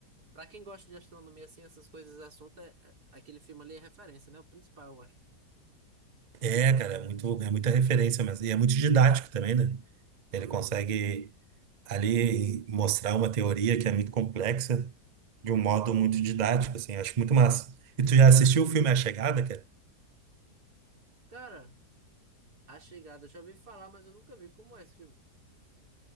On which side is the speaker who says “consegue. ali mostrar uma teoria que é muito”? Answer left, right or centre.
Right